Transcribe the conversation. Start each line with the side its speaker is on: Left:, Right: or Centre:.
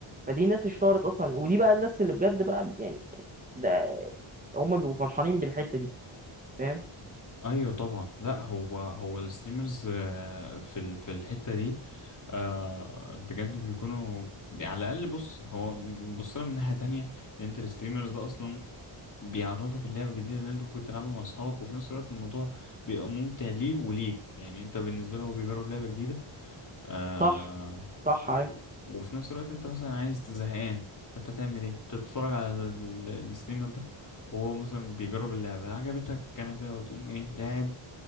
Right: فدي الناس اشتهرت اصلا ودي بقى الناس اللي بجد بقى يعني ده هم بيبقوا فرحانين بالحته دي فاهم
Left: ايوه طبعا لا هو هو الستريمرز في ال- في الحته دي آه، بجد بيكونوا على الاقل بص هو بص لها من ناحيه تانية ان انت الستريمرز ده اصلا بيعرفك اللعبة الجديدة اللي انت ممكن تلعبها مع اصحابك وفي نفس الوقت الموضوع بيبقى ممتع ليه وليك يعني انت بالنسبة له هو بيجرب لعبة جديدة آه
Right: صح صح
Left: و-
Right: عارف
Left: وفي نفس الوقت انت مثلا عايز زهقان فانت تعمل ايه انت بتتفرج على ال- ال- الستريمر ده وهو مثلا بيجرب اللعبة عجبتك كنبة وتقوم ايه لاعب